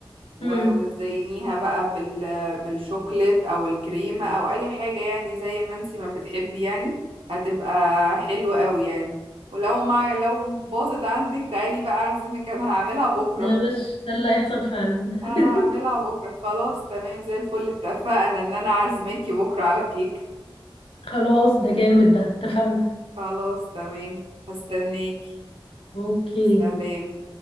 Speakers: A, on the right; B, on the left.
A: و-
B: امم
A: وتزينيها بقى بال بالشوكليت او الكريمة او اي حاجة يعني زي ما انتي ما بتحبي يعني هتبقى حلوة قوي يعني ولو ما لو باظت عندك تعالي بقى اعزمك انا هعملها بكرة
B: ده وش ده اللي هيحصل فعلا
A: انا
B: <laughs>
A: هعملها بكرة خلاص تمام زي الفل اتفقنا ان انا عازماكي بكرة على كيك
B: خلاص ده جامد ده اتفقنا
A: خلاص تمام هستناكي
B: اوكي
A: سلام